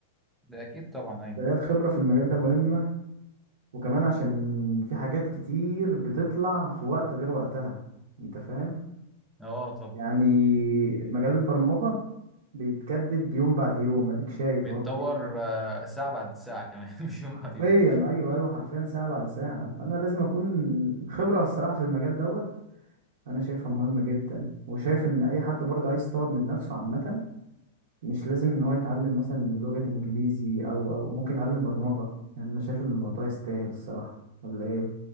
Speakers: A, in the centre; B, on the right.
A: ده اكيد طبعا ايوه
B: فهي الخبرة في المجال ده مهمة وكمان عشان في حاجات كتير بتطلع في وقت غير وقتها انت فاهم
A: اه طب
B: يعني مجال البرمجة بيتجدد يوم بعد يوم اديك شايف
A: بيتطور
B: اهو الدنيا
A: آه، ساعة بعد ساعة كمان <laughs> مش يوم
B: حرفيا
A: بعد يوم
B: ايوه ايوه حرفيا ساعة بعد ساعة فانا لازم اكون خبرة الصراحة في المجال دوت انا شايفها مهمة جدا وشايف ان اي حد برضه عايز يطور من نفسه عامة مش لازم ان هو يتعلم مثلا لغة انجليزي او او ممكن يتعلم برمجة يعني انا شايف ان الموضوع يستاهل الصراحة ولا ايه